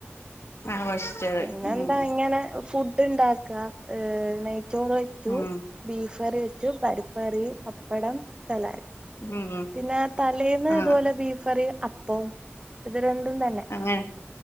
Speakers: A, on the left; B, on the right.
A: ആഘോഷിച്ചത്
B: പിന്നെന്താ
A: ഉം
B: ഇങ്ങനെ ഫുഡ് ണ്ടാക്കാ ഏ നയ് ചോറ് വെച്ചു
A: ഉം
B: ബീഫറി വെച്ചു പരിപ്പറി പപ്പടം സലാഡ്
A: ഉം ഉം
B: ത്തിന്നെ തലേന്ന്
A: ആഹ്
B: ഇതുപോലെ ബീഫറി അപ്പോം ഇത് രൻ തും തന്നെ
A: അങ്ങനെ